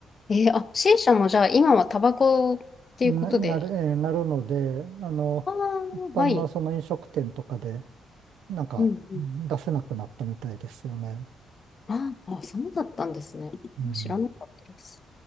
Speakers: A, on the left (about 40°); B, on the right (about 80°).
A: えーあ、C 社もじゃあ今はタバコっていうことで、
B: な、なる、えーなるので、あの、
A: ああ、
B: 一般のその飲食店とかで、
A: はい。
B: なんか、
A: うんうん。
B: うん出せなくなったみたいですよね。
A: ああ、そうだったんですね。
B: うん。
A: 知らなかったです。